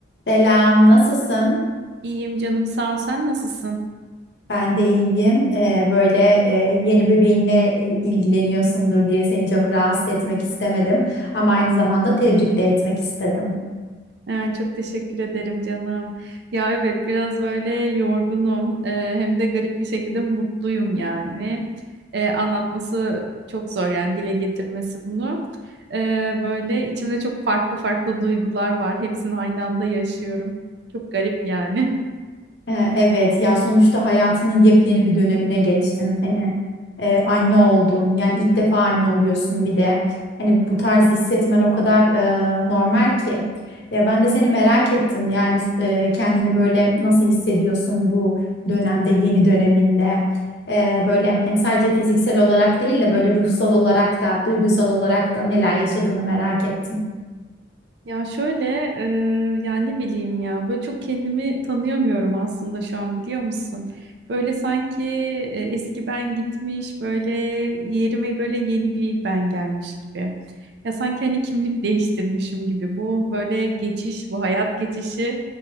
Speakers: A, on the left (about 65°); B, on the right (about 65°).
A: Selam, nasılsın?
B: İyiyim canım sağ ol. Sen nasılsın?
A: Ben de iyiyim. Ee, böyle e, yeni bebeğinle i- ilgileniyorsundur diye seni çok rahatsız etmek istemedim. Ama aynı zamanda tebrik de etmek istedim.
B: Ee, çok teşekkür ederim canım. Ya evet biraz böyle yorgunum. Ee, hem de garip bir şekilde mutluyum yani. Ee, anlatması çok zor yani dile getirmesi bunu. Ee, böyle içimde çok farklı farklı duygular var. Hepsini aynı anda yaşıyorum. Çok garip yani.
A: Ee, Evet ya sonuçta hayatının yepyeni bir dönemine geçtin hani e, anne oldun yani ilk defa anne oluyorsun bir de hani bu tarz hissetmen o kadar e, normal ki ya ben de seni merak ettim yani e, kendini böyle nasıl hissediyorsun bu dönemde yeni döneminde E, böyle hani sadece fiziksel olarak değil de böyle ruhsal olarak da duygusal olarak da neler yaşadığını merak ettim.
B: Ya şöyle e, yani ne bileyim ya böyle çok kendimi tanıyamıyorum aslında şu an biliyor musun? Böyle sanki e, eski ben gitmiş böyle yerime böyle yeni bir ben gelmiş gibi. Ya sanki hani kimlik değiştirmişim gibi. Bu böyle geçiş bu hayat geçişi